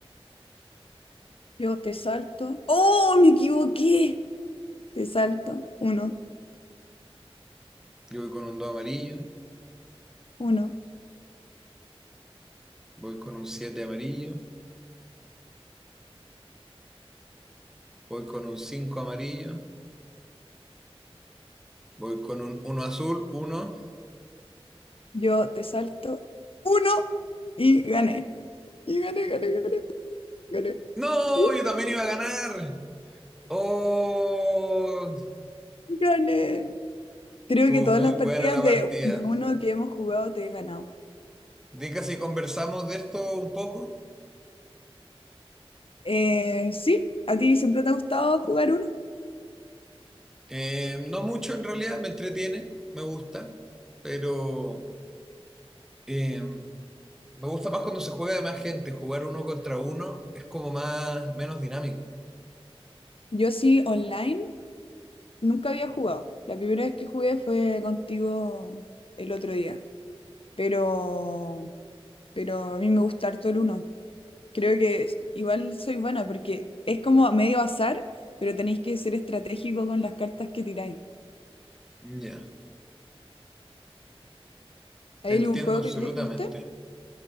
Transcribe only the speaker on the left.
Yo te salto. ¡Oh, me equivoqué! Te salto. uno,
uno.
Yo te salto. uno y gané. Y gané, gané, gané, gané.
¡Uh!
gané. Creo
que todas
las
partidas
de, de uno que hemos jugado te he ganado.
Eh, sí, ¿a ti siempre te ha gustado jugar uno?
Yo sí, online, nunca había jugado. La primera vez que jugué fue contigo el otro día, pero, pero a mí me gusta harto el uno. Creo que es- igual soy buena porque es como medio azar, pero tenéis que ser estratégico con las cartas que tiráis.
¿Hay
algún juego
que te guste?